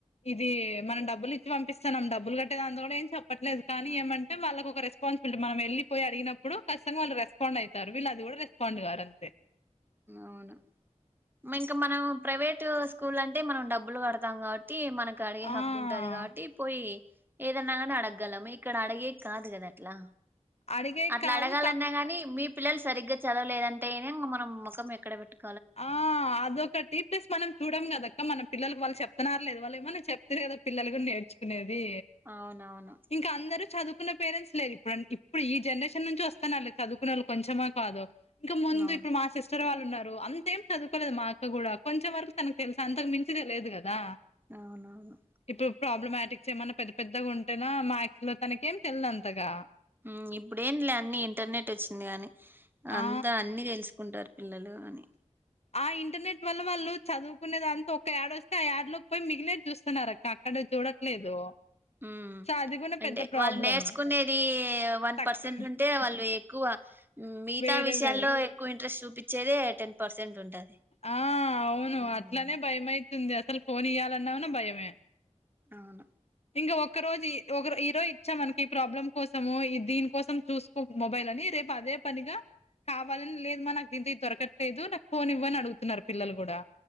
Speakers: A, on the left; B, on the right.
A: ఇది మనం డబ్బులు ఇచ్చి పంపిస్తానం డబ్బులు కట్ టి దాంతోడు ఏం చెప్పట్లేదు కానీ ఏమంటే వాళ్ళకు ఒక రెస్పాన్సిబిలిటీ, మనం వెళ్లిపోయి అడిగినప్పుడు ఖచ్చితంగా వాళ్ళు రెస్పాన్స్ నైతారు వీళ్ళు అది కూడా రెస్పాండ్ గారు అంతే
B: అవును ఇంకా మనం ప్రైవేట్ స్కూల్ అంటే మనం డబ్బులు కడతాం కావ ట్టి మనకు అడిగే హక్కు
A: ఆ
B: ఉంటది కాబట్టి పోయి ఏదన్నాగానీ అడగ్గలము ఇక్కడ అడిగేకి కాదు కదా అట్లా
A: అడిగే
B: అట్లా
A: కాదు
B: అడగాలన్నా కానీ మీ పిల్లలు సరిగ్గా చదవలేదంటేనే మనం ముఖం ఎక్కడ పెట్టుకుం
A: ఆ అదొకటీ ప్లస్ మనం చూడం కదా అ క్క మన పిల్లలకు వాళ్ళు చెప్తన్నారా లేదా వాళ్ళు ఏమైనా చెప్తేనే కదా పిల్లలు కూడా నేర్చుకునే ది
B: అవునవును
A: ఇంకా అందరూ చదువు కున్న పేరెంట్స్ లేరు ఇప్పుడ్ ఇప్పుడు ఈ జనరేషన్ నుంచి వస్తన్నారులే చదువుకునేళ్ళు కొంచెమా కాదో ఇంకా ముందు
B: అవును
A: ఇప్పుడు మా సిస్టర్ వాళ్ళు ఉన్నారు అం సేమ్ చదువుకోలేదు మా అక్క కూడా కొంచం వరకు తనకు తెలుసు అంతకు మించి తెలియదు కదా
B: అవునవును
A: ఇప్పుడు ప్రాబ్లమ్ టిక్స్ ఏమైన్నా పెద్ద పెద్దగా ఉంటేనా మాథ్స్ లో తనకేం తెల్దుంతగా
B: ఉమ్ ఇప్పుడేం లే అన్ని ఇంటర్నెట్ వచ్చింది కాగాని అంతా
A: ఆ
B: అన్ని తెలుసుకుంటా పిల్లలు అని
A: ఆ ఇంటర్నెట్ వల్ల వాళ్ళు చదువుకునే దాంతా ఒక యాడ వస్తే ఆ యాడ్ లోకి పోయి మిగిలేది చూస్తున్నారు అక్క అక్కడ చూడట్లేదు
B: ఉ
A: సో అది కూడా
B: అంటే
A: పెద్ద ప్రాబ్లం
B: వాళ్ళు నేర్చుకునేది వన్
A: తక్
B: పర్సెంట్ ఉంటే వాళ్ళు ఎక్కువ మిగతా
A: వేరే
B: విషయాల్లో
A: వేరే
B: ఎక్కువ ఇంట్రెస్ట్ చూపించేదే టెన్ పర్సెంట్ ఉంటది
A: ఆ అవును
B: మ్
A: అట్లనే భయమయితుంది అసలు ఫోన్ ఇయ్యాలన్నాన భయమే
B: అవును
A: ఇంక ఒక్క రోజు ఒక ఈరోజు ఇచ్చాం మనకి ఈ ప్రాబ్లం కోసము ఈ దీని కోసం చూసుకో మొబైల్ అని పదే పనిగా కావాలని లేదు మా నాకు దీంతో ఇది దొరకట్లేదు నాకు ఫోన్ ఇవ్వు అని అడుగుతున్నారు పిల్లలు కూడా